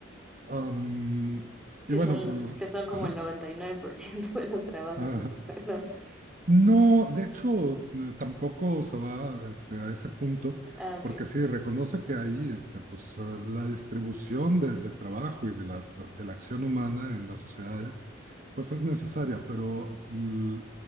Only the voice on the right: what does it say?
Um,
y bueno,
uh,
ajá,
<laughs> uh,
No, de hecho, eh, tampoco se va este, a ese punto,
porque sí, reconoce que ahí este, pues, eh, la distribución de, de trabajo y de, las, de la acción humana en las sociedades pues es necesaria, pero mm,